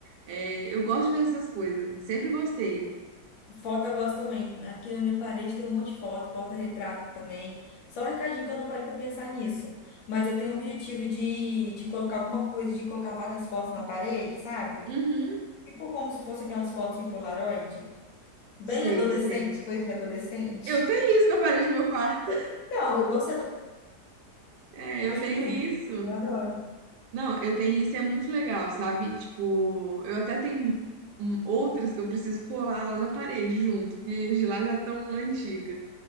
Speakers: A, on the right; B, on the left.
A: É, eu gosto de ver essas coisas. Sempre gostei.
B: Foto eu gosto também. Aqui na minha parede tem um monte de foto, porta-retrato também. Só um recadinho que eu não parei para pensar nisso. Mas eu tenho o objetivo de, de colocar alguma coisa, de colocar várias fotos na parede, sabe?
A: Uhum,
B: Tipo como se fosse aquelas fotos em Polaroid. Bem
A: sei,
B: adolescente,
A: sei.
B: coisa de adolescente.
A: Eu tenho isso na parede do meu quarto.
B: Então, eu vou ser adolescente,
A: É, eu
B: eu acho
A: tenho
B: lindo.
A: isso.
B: Eu adoro.
A: Não, eu tenho isso e é muito legal, sabe? Tipo, eu até tenho hum, outras que eu preciso colar lá na parede junto, que as de lá já estão antigas.